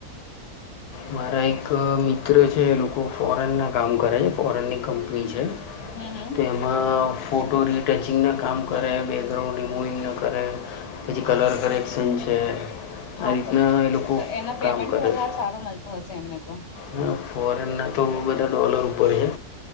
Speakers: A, on the left (about 85°); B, on the left (about 50°).
A: મારા એક મિત્ર છે, એ લોકો ફોરનના કામ કરે છે, ફોરનની કંપની છે,
B: હમ હમ
A: તો એમાં ફોટો રીટચિંગના કામ કરે, બેૅકગ્રાઉન્ડ રિમૂવિંગના કરે, પછી કલર કરેક્સન છે,
B: હા
A: આ રીતના
B: ત,
A: એ લોકો
B: તો એનો પેમેન્ટ
A: કામ કરે
B: ભી વધાર
A: છે
B: સારો મલતો હસે એમને તો
A: હા, ફોરેનના તો બધા ડોલર ઉપર છે.